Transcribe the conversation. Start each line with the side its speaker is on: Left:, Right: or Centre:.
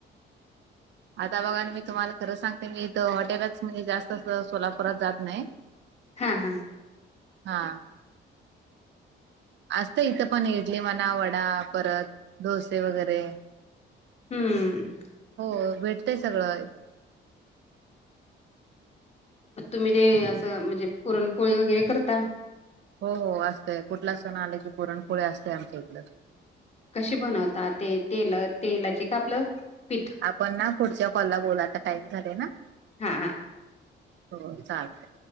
Right: आता बघा मी तुम्हाला खरं सांगते मी इथं हॉटेलच म्हणजे जास्त अस सोलापूरात जात नाही.
Left: हा हा!
Right: हा! असत इथं पण इडली म्हणा वडा परत डोसे वगैरे
Left: हम्म!
Right: हो भेटतंय सगळं.
Left: तुम्ही ते असं म्हणजे पुरणपोळी वगैरे करता?
Right: हो हो असतेय कुठला सण आलं की पुरणपोळे असते आमच्या इकड.
Left: कशी बनवता ते तेल तेलाची का आपलं पीठ?
Right: आपण ना पुढच्या कॉलला बोला आता टाईम झालाय ना.
Left: हा हा
Right: हो चालतंय.